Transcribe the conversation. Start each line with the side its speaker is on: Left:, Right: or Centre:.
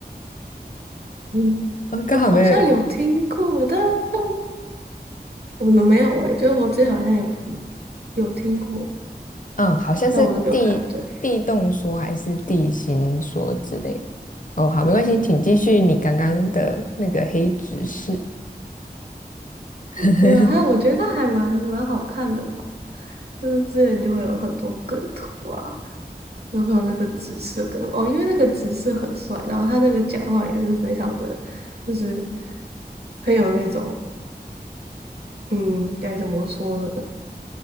Right: 嗯，
Left: 啊，刚好没有，
Right: 我好像有听过，但但我的没有诶、就是我之前好像有有听过，
Left: 嗯，好像是地地动说还是地心说之类的。
Right: 但我都没有看。对。
Left: 哦，好，没关系，请继续你刚刚的那个黑执事，<laughs>
Right: 没有，还我觉得他还蛮蛮好看的吧，就是之前就会有很多梗图啊，就会有那个紫色梗哦，因为那个紫色很帅，然后他那个讲话也是非常的，就是很有那种，嗯，该怎么说呢？